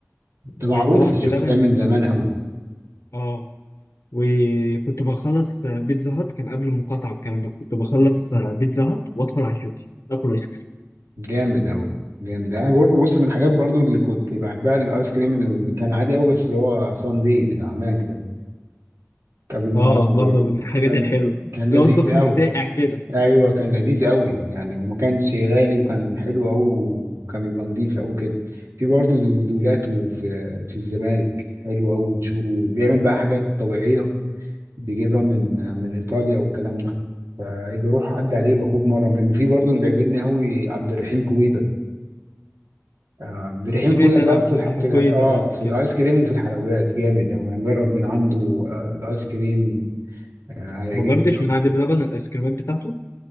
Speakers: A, on the right; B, on the left.
A: ده معروف
B: وطبعا
A: الجوكر
B: بلبن
A: ده من زمان قوي
B: اه وكنت بخلص بيتزا هات كان قبل المقاطعة والكلام ده كنت بخلص بيتزا هات وادخل على جوكي اكل ايس كريم
A: جامد قوي جامد انا برضه بص من الحاجات برضه اللي كنت بحبها الايس كريم اللي كان عادي قوي بس اللي هو ساندي بتاع ماك ده قبل المقاطعه
B: اه برضه
A: برضه
B: من الحاجات
A: كان
B: الحلوة
A: كان
B: اللي
A: لذيذ
B: هو سخن
A: قوي
B: ساقع كده
A: ايوه كان لذيذ قوي يعني وما كانش غالي وكان حلو قوي وكان بيبقى نضيف قوي كده في برضه دو- دولاته في في الزمالك حلو قوي مشهور وبيعمل بقى حاجات طبيعيه بيجيبها من من ايطاليا والكلام ده فاجي اروح اعدي عليه باخد مره منه وفي برضه اللي بيعجبني قوي عبد الرحيم كويدر آه، عبد الرحيم
B: سمعت
A: كويدر
B: انا
A: بقى
B: عبد
A: في الح...
B: الرحمن
A: في
B: كوي
A: الح... اه
B: ده ده قبل
A: في
B: كده
A: الايس كريم وفي الحلويات جامد قوي هنجرب من عنده آه الايس كريم آه هيعجبك
B: ما جربتش
A: قوي
B: من عند بلبن الايس كريمات بتاعته